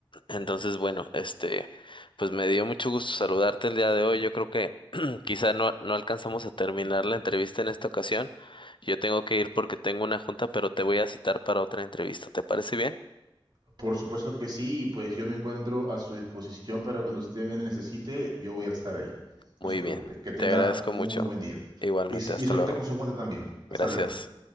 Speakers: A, on the left (about 60°); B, on the right (about 50°).
A: Entonces, bueno, este, pues me dio mucho gusto saludarte el día de hoy. Yo creo que <clears throat> quizá no, no alcanzamos a terminar la entrevista en esta ocasión. Yo tengo que ir porque tengo una junta, pero te voy a citar para otra entrevista. ¿Te parece bien?
B: Por supuesto que sí, y pues yo me encuentro a su disposición para cuando usted me necesite, yo voy a estar ahí.
A: Muy
B: No se preocupe.
A: bien.
B: Que tenga
A: Te agradezco
B: un
A: mucho.
B: muy buen día.
A: Igualmente,
B: Y, s-
A: hasta
B: y suerte
A: luego.
B: con su junta también. Hasta
A: Gracias.
B: luego.